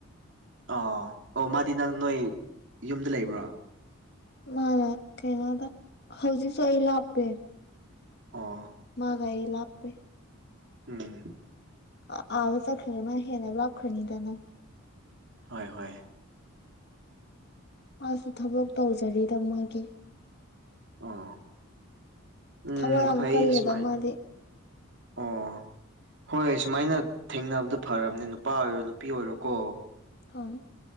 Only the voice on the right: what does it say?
ꯑ ꯑꯣ ꯃꯥꯗꯤ ꯅꯪ ꯅꯣꯏ ꯌꯨꯝꯗ ꯂꯩꯕ꯭ꯔꯣ
ꯑꯣ
ꯎꯝ
ꯍꯣꯏ ꯍꯣꯏ
ꯑꯣ ꯎꯝ
ꯐꯩ
ꯁꯨꯃꯥꯏꯅ
ꯑꯣ ꯍꯣꯏ ꯁꯨꯃꯥꯏꯅ ꯊꯦꯡꯅꯕꯗꯣ ꯐꯔꯕꯅꯦ ꯅꯨꯄꯥ ꯑꯣꯏꯔꯣ ꯅꯨꯄꯤ ꯑꯣꯏꯔꯣꯀꯣ